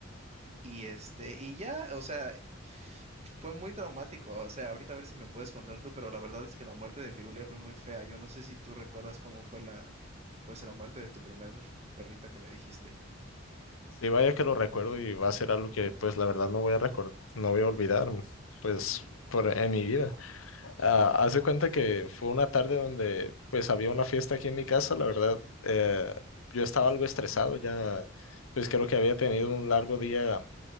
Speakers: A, on the right; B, on the left.
A: Y este, y ya, o sea, fue muy traumático. O sea, ahorita a ver si me puedes contar tú, pero la verdad es que la muerte de Firulia fue muy fea. Yo no sé si tú recuerdas cómo fue la, pues la muerte de tu primer perrita que me dijiste.
B: Sí, vaya que lo recuerdo y va a ser algo que pues la verdad no voy a recordar, no voy a olvidar, pues
A: Ujú,
B: por en mi vida. Ah, hace cuenta que fue una tarde donde pues había una fiesta aquí en mi casa, la verdad, eh, yo estaba algo estresado ya, pues creo
A: ujú,
B: que había tenido un largo día